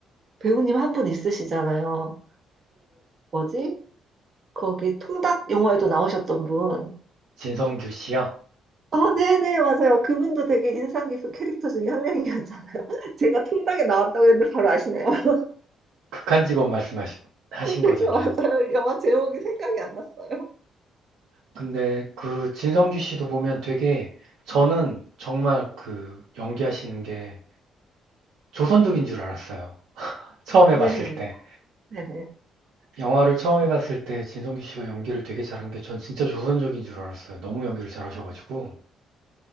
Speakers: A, on the right; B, on the right.
A: 배우님 한 분 있으시잖아요. 뭐지? 거기 통닭 영화에도 나오셨던 분.
B: 진성규 씨요.
A: 아, 네네, 맞아요. 그분도 되게 인상 깊은 캐릭터 중에 한 명이었잖아요. <laughs> 제가 통닭에 나왔다고 했는데 바로 아시네요. <laughs>
B: 극한 직업 말씀하신
A: 네,
B: 거잖아요.
A: 맞아요. 영화 제목이 생각이 안 났어요.
B: 근데 그 진성규 씨도 보면 되게 저는 정말 그 연기하시는 게 조선족인 줄 알았어요. 처음에
A: 네,
B: 봤을 때
A: 네네.
B: 영화를 처음에 봤을 때 진성규 씨가 연기를 되게 잘한 게 전 진짜 조선족인 줄 알았어요. 너무 연기를 잘하셔가지고.